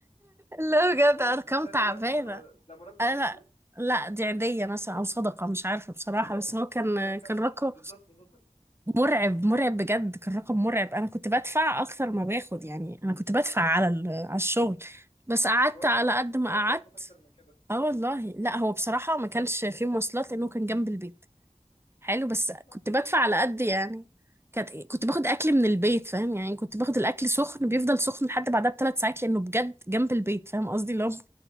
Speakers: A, on the right; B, on the left.
A: اللي هو بجد
B: ده,
A: ارقام
B: ده سالري
A: تعبانه
B: اصلا هو ده, ده مرتب
A: انا
B: اصلا
A: لا لا دي عيدية مثلا او صدقة مش عارفة بصراحة
B: <laughs>
A: بس هو كان
B: راجع-
A: كان رقم
B: بالظبط بالظبط
A: مرعب مرعب بجد كان رقم مرعب انا كنت بدفع اكتر ما باخد يعني انا كنت بدفع على ال- على الشغل بس قعدت
B: لسه بقول
A: على
B: لك لو انت
A: قد
B: بتدفع
A: ما قعدت
B: مواصلات اكتر من كده
A: اه والله لا هو بصراحة ما كانش فيه مواصلات لأنه كان جنب البيت حلو بس
B: لا
A: كنت بدفع
B: طب
A: على
B: دي
A: قد
B: بوينت
A: يعني كانت إيه، كنت باخد أكل من البيت فاهم يعني كنت باخد الأكل سخن بيفضل سخن لحد بعدها بثلاث ساعات لأنه بجد جنب البيت فاهم قصدي لو